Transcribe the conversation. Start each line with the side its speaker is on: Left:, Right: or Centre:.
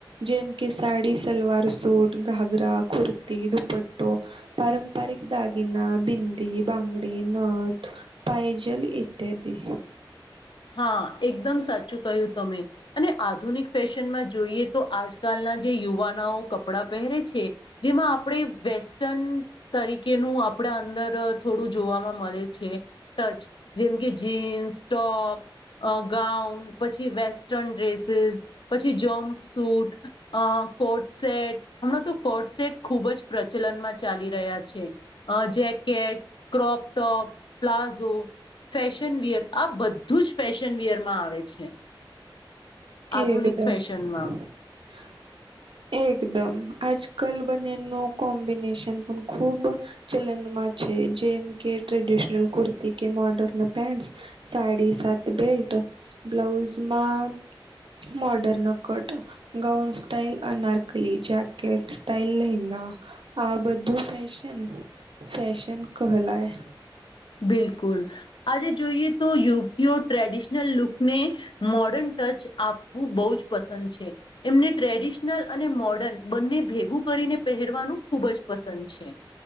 Right: જેમ કે સાડી સલવાર સૂટ ઘાઘરા, કુર્તી, દુપટ્ટો પારંપરિક દાગિના, બિન્દી, બંગડી, નથ પાયજલ ઈત્યાદિ.
Left: હા એકદમ સાચું કહ્યું તમે. અને આધુનિક ફેશનમાં જોઈએ તો આજકાલના જે યુવાનાઓ કપડાં પહેરે છે. જેમાં આપણે વેસ્ટન તરીકેનું આપડ અંદર થોડું જોવામાં મળે છે. ટચ જેમ કે જીન્સ ટોપ. અ ગાઉન પછી વેસ્ટર્ન ડ્રેસીસ પછી જમ્પ સુૂટ અ કોટ સેટ હમણાં તો કોટ સેટ ખુબ જ પ્રચલનમાં ચાલી રહ્યા છે. અ jacket, crop tops, palazzo fashion wear આ બધ બધું જ ફેશન વીયરમાં આવે છે આધુનિક
Right: એકદમ
Left: ફેશનમાં
Right: <unintelligible> <inaudible> એકદમ આજ કલ બનેનું કોમ્બિનેશન પણ ખૂબ ચલનમાં છે જેમ કે ટ્રેડિશનલ કુર્તી કે, મોર્ડર્ન પેન્ટ સાડી સાત બેલ્ટ, બ્લાઉઝમાં મોર્ડર્ન ન cut gown style anarkali, jacket style lehenga આ બધું ફેશન ફેશન કહલાય
Left: બિલકુલ આજે જોઈએ તો યુ ટ્રેડિશનલ લુકને મોર્ડર્ન ટચ આપવું બહુ જ પસંદ છે. એમને ટ્રેડિશનલ અને મોર્ડર્ન બંને ભેગું કરીને પહેરવાનું ખૂબ જ પસંદ છે.